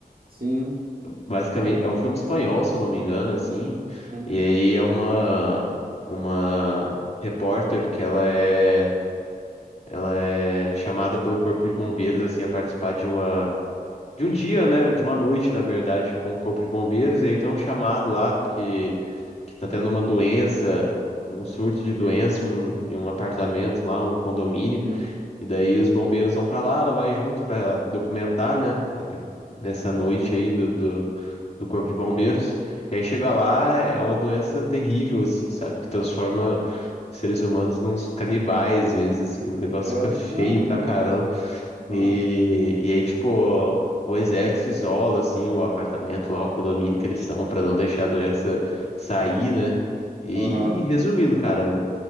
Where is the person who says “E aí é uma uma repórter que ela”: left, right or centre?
Left